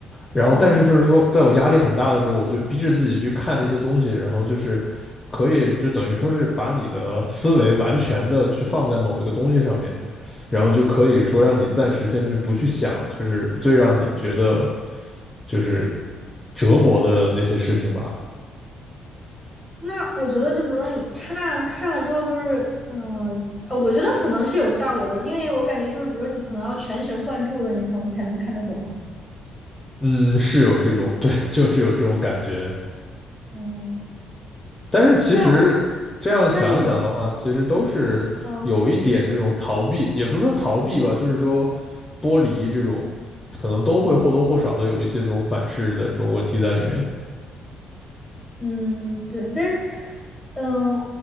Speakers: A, on the left; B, in the centre.
A: 然后，
B: 哦，
A: 但是就是说，在我压力很大的时候，我就逼着自己去看那些东西，然后就是可以就等于说是把你的思维完全的去放在某一个东西上面，然后就可以说让你暂时先去不去想，就是最让你觉得就是折磨的那些事情吧。
B: 那我觉得就比如说你看看了之后，就是嗯、呃我觉得可能是有效果的，因为我感觉就是比如说你可能要全神贯注的，你可能才能看得懂。
A: 嗯，是有这种，对，就是有这种感觉。
B: 嗯，
A: 但是其实这样想想的话，
B: 那那你
A: 其实都是有一点这种逃避，
B: 嗯
A: 也不是说逃避吧，就是说剥离这种，可能都会或多或少的有一些这种反噬的这种问题在里面。
B: 嗯对，但是嗯、